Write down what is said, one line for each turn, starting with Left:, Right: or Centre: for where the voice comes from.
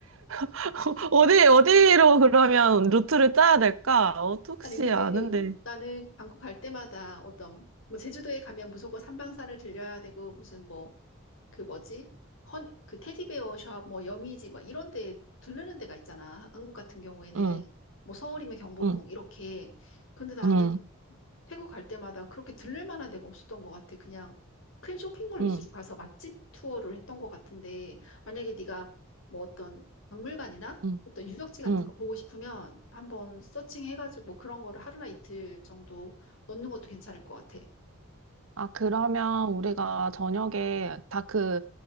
Right: <laughs> 어디 어디로 그러면 루트를 짜야 될까? 어, 혹시
Left: 아니, 근데
Right: 아는데.
Left: 나는 방콕 갈 때마다 어떤, 뭐, 제주도에 가면 무조건 삼방산을 들려야 되고, 무슨 뭐, 그 뭐지? 헌, 그 테디베어 샵, 뭐, 여미지, 막 이런 데 들르는 데가 있잖아. 한국 같은 경우에는.
Right: 응,
Left: 뭐, 서울이면 경복궁,
Right: 응,
Left: 이렇게. 근데 나는
Right: 응,
Left: 태국 갈 때마다 그렇게 들를 만한 데가 없었던 것 같아. 그냥 큰 쇼핑몰 위주로
Right: 응,
Left: 가서 맛집 투어를 했던 것 같은데, 만약에 네가 뭐 어떤 박물관이나
Right: 응,
Left: 어떤 유적지 같은
Right: 응.
Left: 거 보고 싶으면 한번 서칭해가지고 뭐 그런 거를 하루나 이틀 정도 넣는 것도 괜찮을 것 같아.
Right: 아, 그러면 우리가 저녁에 다 그